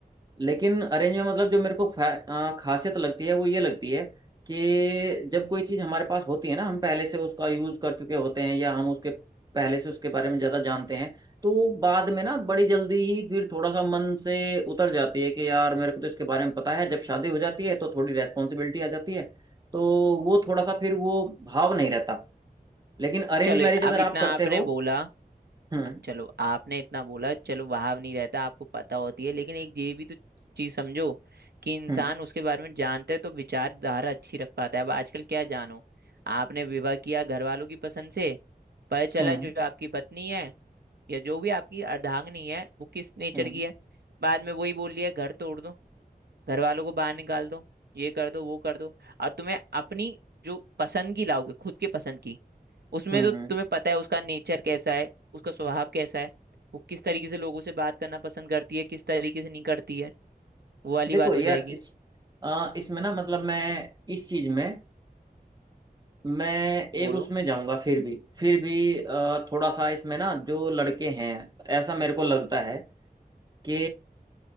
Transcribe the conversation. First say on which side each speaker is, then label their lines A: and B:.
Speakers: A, on the right (about 25°); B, on the right (about 85°).
A: लेकिन अरेंज में मतलब जो मेरे को फै- अ, खासियत लगती है वो ये लगती है कि जब कोई चीज़ हमारे पास होती है ना हम पहले से उसका यूज़ कर चुके होते हैं या हम उसके पहले से उसके बारे में ज़्यादा जानते हैं तो बाद में ना बड़ी जल्दी ही फिर थोड़ा सा मन से उतर जाती है कि यार मेरे को तो इसके बारे में पता है जब शादी हो जाती है तो थोड़ी रेस्पॉन्सिबिलिटी आ जाती है तो वो थोड़ा सा फिर वो भाव नहीं रहता लेकिन अरेंज
B: चलो
A: मैरिज अगर
B: अब
A: आप
B: इतना
A: करते
B: आपने
A: हो
B: बोला
A: हम्म
B: चलो आपने इतना बोला चलो भाव नहीं रहता आपको पता होती है लेकिन एक ये भी तो चीज समझो कि इंसान
A: हम्म
B: उसके बारे में जानता है तो विचारधारा अच्छी रख पाता है अब आजकल क्या जानो आपने विवाह किया घर वालों की पसंद से पता चला
A: हम्म
B: जो आपकी पत्नी है या जो भी आपकी अर्धांगिनी है वो किस नेचर
A: हम्म
B: की है बाद में वही बोल लिया घर तोड़ दो घर वालों को बाहर निकाल दो ये कर दो वो कर दो और तुम्हें अपनी जो पसंद की लाओगे खुद के पसंद की उसमें
A: हम्म
B: तो तुम्हें
A: हम्म
B: पता है उसका नेचर कैसा है उसका स्वभाव कैसा है वो किस तरीके से लोगों से बात करना पसंद करती है किस तरीके से नहीं करती है वो वाली
A: देखो
B: बात
A: यार
B: हो जाएगी
A: इस अ, इसमें ना मतलब मैं इस चीज में मैं एक
B: बोलो
A: उसमें जाऊंगा फिर भी फिर भी अ, थोड़ा सा इसमें ना जो लड़के हैं ऐसा मेरे को लगता है कि